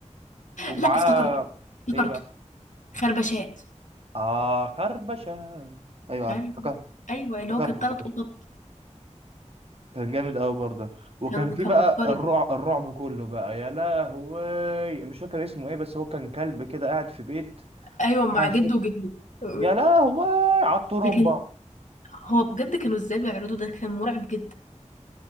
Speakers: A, on the right (about 50°); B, on the left (about 80°).
A: ومعاه
B: لا افتكرته افتكرته
A: ايه بقى
B: خربشات
A: اه خربشه ايوه
B: خرب
A: عارف افتكرت
B: ايوه اللي
A: افتكرت
B: هو كان ثلاث
A: افتكرت
B: قطط
A: كان جامد قوي برضه وكان
B: كان
A: في
B: كان
A: بقى
B: عبقري
A: الرعب الرعب كله بقى يا لهوي مش فاكر اسمه ايه بس هو كان كلب كده قاعد في بيت
B: ايوه مع
A: معاه
B: جده
A: ست
B: وجده <laughs>
A: يا لهوي على الطرمبه
B: ده كان هو بجد كانوا ازاي بيعرضوا ده كان مرعب جدا